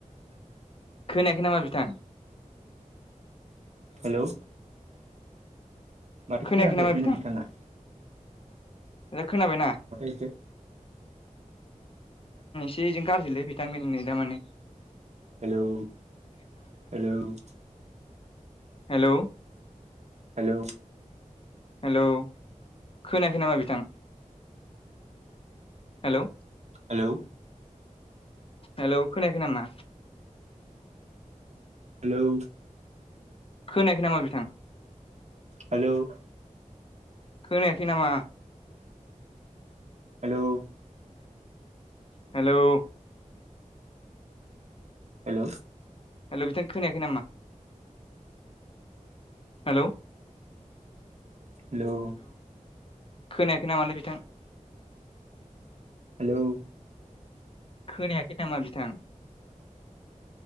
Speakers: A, on the left; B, on the right.
A: खोनायाखै नामा बिथां।
B: हेलौ। माथो
A: खोनायाखै
B: खोनाफैासै
A: नामा बिथां
B: नै बिथाङा।
A: खोनाबायना।
B: एसे
A: जोंनि बिथां <unintelligible> माने
B: हेल' हेल'
A: हेल'
B: हेलौ
A: हेलौ खोनाखै नामा बिथां? हेल'
B: हेलौ
A: हेल'खोनायखै नामा?
B: हेलौ
A: खोनायाखै नामा बिथां?
B: हेलौ
A: खोनायाखै नामा?
B: हेलौ
A: हेल'
B: हेल'
A: हेल' बिथां खोनायाखै नामा? हेल'
B: हेल'
A: खोनायाखै नामालैय बिथां?
B: हेलौ
A: खोनायाखै नामा बिथां?